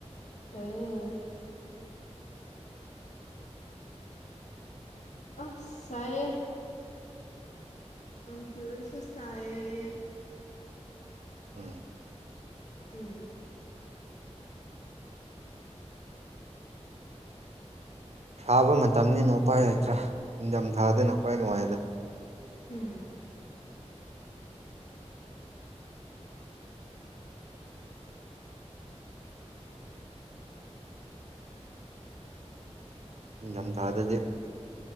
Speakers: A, on the left (about 80°); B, on the right (about 65°).
A: ꯑ ꯑꯁꯥꯏꯌꯦ ꯅꯣꯡꯆ ꯁꯣꯁꯥꯏ
B: ꯎꯝ
A: ꯎꯝ
B: ꯊꯥꯕ ꯃꯇꯝꯅꯤꯅ ꯎꯄꯥꯥꯏ ꯂꯩꯇ꯭ꯔꯥ ꯅꯤꯡꯊꯝꯊꯥꯗꯅ ꯍ꯭ꯋꯥꯏ ꯅꯨꯡꯉꯥꯏꯗ
A: ꯎꯝ
B: ꯅꯤꯡꯊꯝ ꯊꯥꯗꯗꯦ